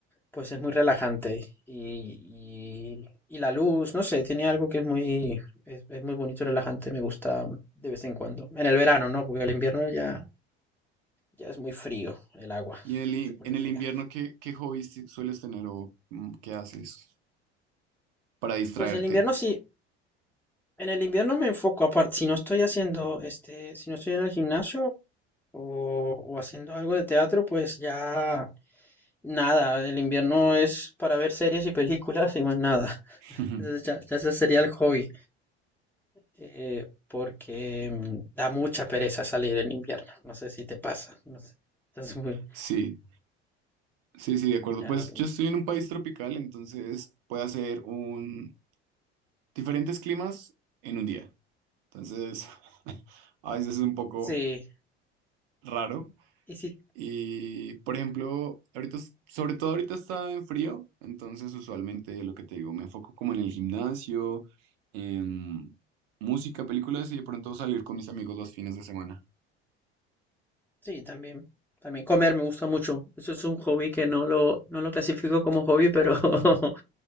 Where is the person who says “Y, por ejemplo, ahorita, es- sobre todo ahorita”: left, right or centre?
Right